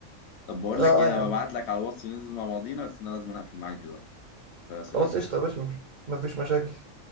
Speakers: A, on the left; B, on the right.
A: طب بقول
B: اه
A: لك ايه
B: آه
A: انا
B: يا عم
A: ببعت لك على الواتس ننزل مع بعضينا بس انا لازم اقفل معاك دلوقتي فسلام
B: خلاص قشطة يا باشا مفيش مفيش مشاكل